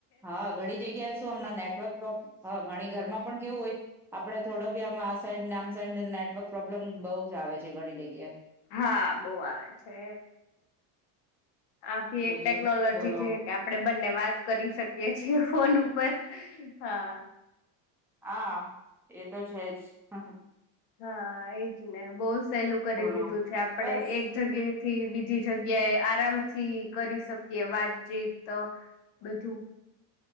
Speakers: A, in the centre; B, on the left.
A: હા, ઘણી જગ્યાએ શું હમણાં નેટવર્ક પ્રોબ્ હ.. ઘણી ઘરમાં પણ કેવું હોય આપણે થોડો બી આમાં આ સાઈડ આમસાઈડ નેટવર્ક પ્રોબ્લેમ બહુ જ આવે છે, ઘણી જગ્યા
B: હા બહુ આવે છે આ ભી
A: બીજું
B: એક ટેક્નોલોજી
A: બોલો
B: છે કે આપણે બધા વાત કરી શકીએ છીએ ફોન ઉપર હા
A: હા એ તો છે જ હહ
B: હા એજ ને બહુ સહેલું કરી
A: બોલો
B: દીધું છે આપણે
A: બસ
B: એક જગ્યા થી બીજી જગ્યાએ આરામથી કરી શકીએ વાતચીતો બધું